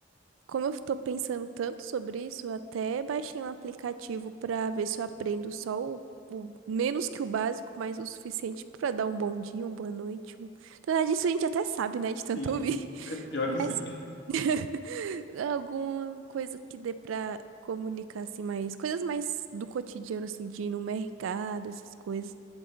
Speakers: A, on the right (about 90°); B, on the left (about 65°).
A: Como eu tô pensando tanto sobre isso, eu até baixei um aplicativo pra ver se eu aprendo só o, o- menos que o básico, mas o suficiente pra dar um bom dia, uma boa noite. Um... Na verdade, isso a gente até sabe, né, de tanto
B: Sim,
A: ouvir.
B: é, pior
A: <laughs> Mas
B: que sim.
A: <laughs> alguma coisa que dê pra comunicar assim mais, coisas mais do cotidiano assim, de ir no mercado, essas coisas.